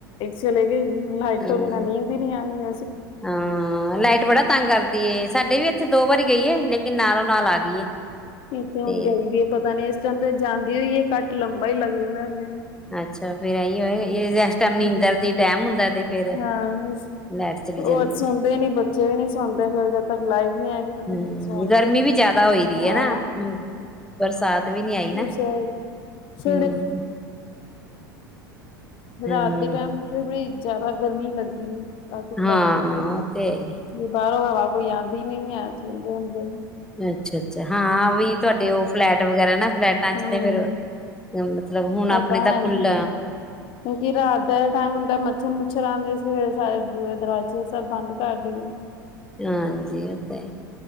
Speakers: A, on the left (about 45°); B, in the centre.
A: ਚਲੇਗੀ ਲਾਈਟ
B: ਹਮ
A: ਤੋਂ ਬਿਨਾ ਨੀਂਦ ਹੀ ਨਹੀਂ ਆਉਣੀ
B: ਹਾਂ ਲਾਈਟ ਬੜਾ ਤੰਗ ਕਰਦੀ ਏ ਸਾਡੇ ਵੀ ਇੱਥੇ ਦੋ ਵਾਰੀ ਗਈ ਲੇਕਿਨ ਨਾਲੋਂ ਨਾਲ ਆ ਗਈ।
A: ਇਥੇ ਹੁਣ
B: ਤੇ
A: ਗਈ ਵੀ ਹੈ ਪਤਾ ਨੀ ਇਸ ਟਾਈਮ ਤੇ ਜਾਂਦੀ ਹੋਈਏ ਕੱਟ ਲੰਬਾ ਹੀ ਲੱਗ ਜਾਂਦਾ ਇਹਨੇ
B: ਅੱਛਾ ਫੇਰ ਇਹੀ ਹੋ ਏਸ ਟਾਈਮ ਨੀਂਦਰ
A: ਬਹੁਤ
B: ਦੀ ਟੈਮ ਹੁੰਦਾ ਤੇ ਫੇਰ
A: ਹਾਂ
B: ਲਾਈਟ ਚਲੀ ਜਾਂਦੀ
A: ਹੋਰ
B: ਏ
A: ਸੁਣਦੇ ਨੀ ਬੱਚੇ ਵੀ ਨੀ ਸੁਣਦੇ ਫੇਰ ਜਦ ਤੱਕ ਲਾਈਟ ਨੀ ਹੈਗੀ।
B: ਹਮ
A: ਸੋਣਗੇ
B: ਗਰਮੀ
A: ਵੀ
B: ਜਿਆਦਾ ਹੋਈ ਦੀ
A: ਹਾਂ
B: ਹੈ ਨਾ ਹਮ ਬਰਸਾਤ ਵੀ ਨੀ ਆਈ।
A: <unintelligible> <unintelligible>
B: ਨਾ
A: ਨਾ
B: ਹਮ ਹਮ
A: ਰਾਤ ਦੇ ਟਾਈਮ ਬੜੀ ਜਿਆਦਾ ਗਰਮੀ ਲੱਗਦੀ ਏ। ਕੁਟਾ
B: ਹਾਂ
A: ਚ
B: ਉਹ ਤੇ ਹੈ
A: ਵੀ ਬਾਹਰੋਂ ਹਵਾ ਕੋਈ ਆਉਂਦੀ ਨੀ ਹੈ, ਚਦੇ ਹੁੰਦੇ।
B: ਅੱਛਾ-ਅੱਛਾ, ਹਾਂ ਵੀ ਤੁਹਾਡੇ ਉਹ ਫਲੈਟ ਵਗੈਰਾ ਨਾ ਫਲੈਟ। ਚ
A: ਹਮ
B: ਤੇ ਫਿਰ ਮਤਲਬ ਹੁਣ ਆਪਣੇ
A: ਓਦਾਂ
B: ਤਾਂ
A: ਹੈ
B: ਖੁੱਲ।
A: ਨੀ ਕਿਉਂਕਿ ਰਾਤ ਦਾ ਟਾਈਮ ਹੁੰਦਾ, ਮੱਛਰ ਮੁੱਛਰ ਆਉਂਦੇ, ਸੀ ਗੇ ਸਾਰੇ ਬੂਹੇ ਦਰਵਾਜ਼ੇ ਸਭ ਬੰਦ ਕਰਦੀ।
B: ਹਾਂਜੀ ਉਹ ਤੇ